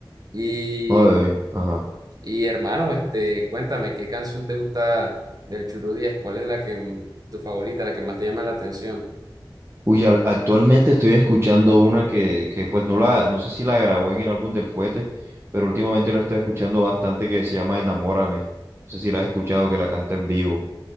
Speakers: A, on the right; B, on the right.
A: Y,
B: No, y- ajá.
A: y hermano, este, cuéntame, ¿qué canción te gusta del Churu Díaz? ¿Cuál es la que, m- tu favorita, la que más te llama la atención?
B: Uy, al- actualmente estoy escuchando una que, que pues no la, no sé si la grabó en el álbum del Fuete, pero últimamente lo estoy escuchando bastante que se llama Enamórame. No sé si la has escuchado, que la canta en vivo.